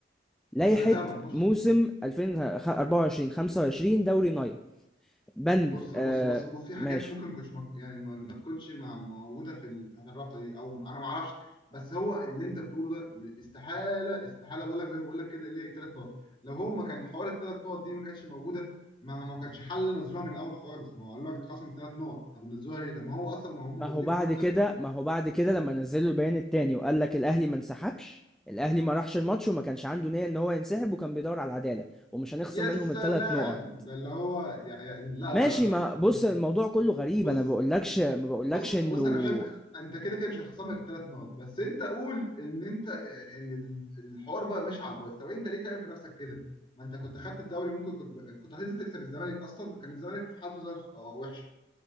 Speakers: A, in the centre; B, on the left.
A: لائحه
B: انا فاهمك بص
A: موسم 2024 25 دوري نايل بند
B: بص بص
A: آه
B: بص بص في
A: ماشي
B: حاجات ممكن ما كنتش مك... يعني ما ما تكونش مع- موجوده في ال- بتاعت الرابطه دي او انا ما اعرفش بس هو اللي انت بتقوله ده استحاله استحاله بقول لك زي ما بقول لك كده ليه الثلاث نقط لو هو ما كان حوار الثلاث نقط دي ما كانتش موجوده ما ما كانش حل نزلوها من الاول خالص ما هو قالوا لك اتخصم ثلاث نقط طب نزلوها ليه طب ما هو اصلا ما هم
A: ما
B: موجودين
A: هو بعد
B: في حوار الثلاث
A: كده
B: نقط
A: ما هو بعد كده لما نزلوا البيان التاني وقال لك الاهلي ما انسحبش الاهلي ما راحش الماتش وما كانش عنده نيه ان هو ينسحب وكان بيدور على العداله ومش هنخصم
B: يا
A: منهم
B: سلام
A: الثلاث نقط
B: ده اللي هو يا يا لا
A: ماشي
B: لا لا لا
A: ما بص
B: انتوا
A: الموضوع كله غريب
B: بص
A: انا بقولكش ما بقولكش
B: بص بص
A: انه
B: انا احب انت كده كده مش هتخصمك الثلاث نقط بس انت قول ان انت ان ال- الحوار بقى ماشي على البايظ طب انت ليه تعمل في نفسك كده؟ ما انت كنت خدت الدوري ممكن كنت كنت هتنزل تكسب الزمالك اصلا كان الزمالك في حالته زي الخ- آه، وحشه